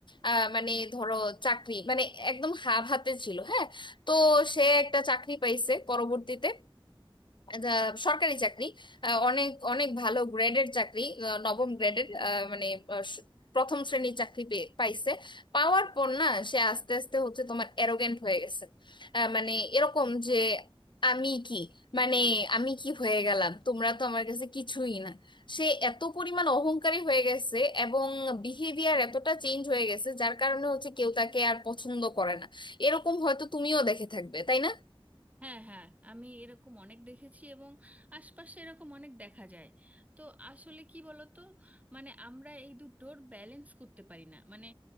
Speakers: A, on the left; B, on the right.
A: আ, মানে ধরো চাকরি মানে একদম হাফ হাতে ছিল হ্যাঁ তো সে একটা চাকরি পাইছে পরবর্তীতে দা- সরকারি চাকরি আহ, অনেক অনেক ভালো গ্রেডের চাকরি আহ, নবম গ্রেডের মানে আহ, স- প্রথম শ্রেণীর চাকরি পেয়ে- পাইছে পাওয়ার পর না সে আস্তে আস্তে হচ্ছে তোমার অ্যারোগেন্ট হয়ে গেছে আহ, মানে এরকম যে আমি কি মানে আমি কি হয়ে গেলাম তোমরা তো আমার কাছে কিছুই না সে এত পরিমাণ অহংকারী হয়ে গেছে এবং বিহেভিয়ার এতটা চেঞ্জ হয়ে গেছে যার কারণে হচ্ছে কেউ তাকে আর পছন্দ করে না এরকম হয়তো তুমিও দেখে থাকবে তাই না
B: হ্যাঁ হ্যাঁ আমি এরকম অনেক দেখেছি এবং আশপাশে এরকম অনেক দেখা যায় তো আসলে কি বলতো মানে আমরা এই দুটোর ব্যালেন্স করতে পারি না মানে